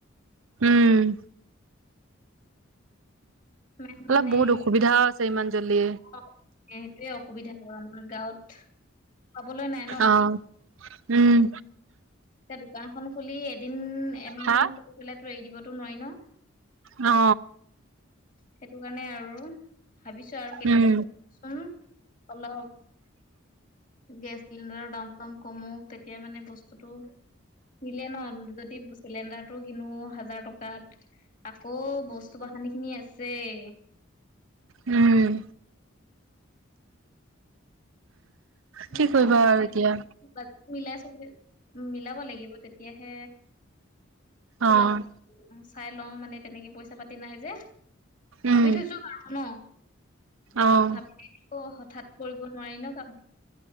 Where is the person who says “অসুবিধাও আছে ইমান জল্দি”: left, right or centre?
Right